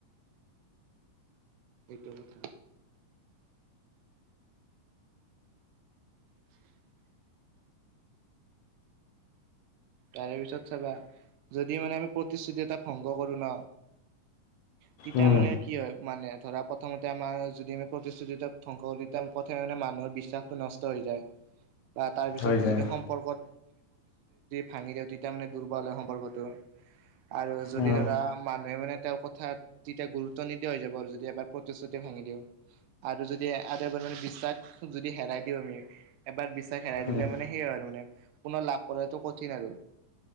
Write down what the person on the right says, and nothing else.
এইটো কথা <inaudible> তাৰে পিছত চাবা যদি মানে আমি প্ৰতিশ্ৰুতি এটা ভংগ কৰো ন <inaudible> তেতিয়া
মানে কি হয় মানে ধৰা প্ৰথমতে আমাৰ যদি আমি প্ৰতিশ্ৰুতি ধ্বংসতিয়া প্ৰথমে মে মান বিশ্বাসটো নষ্ট হৈ যায় বা তাৰপিছত
যিটো সম্পৰ্কত ভাঙি দিওঁ তেতিয়া মানে দুৰ্বল হয় সম্পৰ্কতটো আৰু যদি
ধৰা মানুহে মানে তেওঁ কথাত তেতিয়া গুৰুত্ব নিদিয়া হৈ যাব আৰু যদি এবাৰ প্ৰতিশ্ৰুতি ভাঙি দিওঁ আৰু যদি আৰুে বিশ্বাস যদি হেৰাই দিওঁ আমি এবাৰ বিশ্বাস হেৰাই
দিলে মানে সেইয় আৰু মানে পুনৰ লাভ কৰাটো কঠিন আৰু